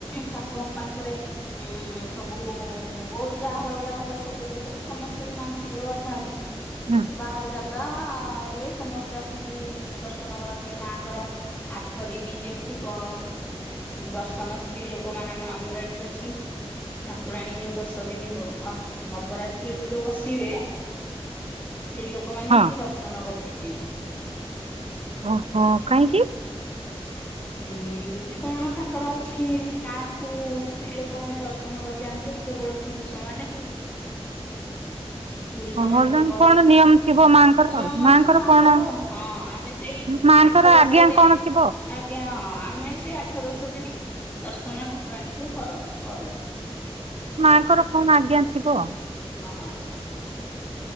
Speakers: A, on the left; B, on the right.
A: ଠାକୁରଙ୍କ ପାଖରେ ହୁଁ ସବୁ ବହୁତ ଯାହାର ଯାହାର ସବୁ ସମସ୍ ମାନସିକ କରିଥାନ୍ତି
B: ହୁଁ
A: ବାହାର ଜାଗା ଇଏ ସମସ୍ ତ ଆସିକି ଦର୍ଶନ କରନ୍ତି ମାଆଙ୍କର। ଆଠ ଦିନି ଯେମିତି କ ଦର୍ଶନ ସ୍ତ୍ରୀ ଲୋକ ମାନେ ଆମର ଏଠି ଅଛି। ଠାକୁରାଣୀ ଯୋଉ ଦଶ ଦିନି ନନବରାତ୍ରିରୁ ଯୋଉ ବସିବେ ସ୍ତ୍ରୀ ଲୋକମାନେ
B: ହଁ
A: ହେଠିକି ଦର୍ଶନ କରି ଯିବେନି।
B: ଓହୋ କାହିଁକି?
A: ହୁଁ ଜେ କଣ ତାଙ୍କର ଅଛି ମାଙ୍କୁ ସ୍ତ୍ରୀ ଲୋକମାନେ ଦର୍ଶନ କରି ଯାଆନ୍ତିନି କେବଳ ପୁରୁଷ ମାନେ ପୁରୁଷ ମାନେ
B: ଭଲ
A: କେବଳ
B: କଣ ନିୟମ ଥିବ ମାଆଙ୍କର
A: ନିୟମ
B: ଆଉ ମାଆଙ୍କର
A: ଅଛି ମାଙ୍କର
B: କଣ
A: ହଁ ଆମେ ସେଇ
B: ମାଆଙ୍କର
A: ଆଠ ଦଶ
B: ଆଜ୍ଞା
A: ଦିନି
B: କଣ
A: ଆ
B: ଥିବ
A: ଆଜ୍ଞା ହଁ ଆମେ ସେଇ ଆଠ ଦଶ ଦିନି ଦର୍ଶନ ଠାକୁରାଣୀଙ୍କୁ କର କରୁନୁ।
B: ମାଙ୍କର କଣ ଆଜ୍ଞା ଥିବ।
A: ହଁ।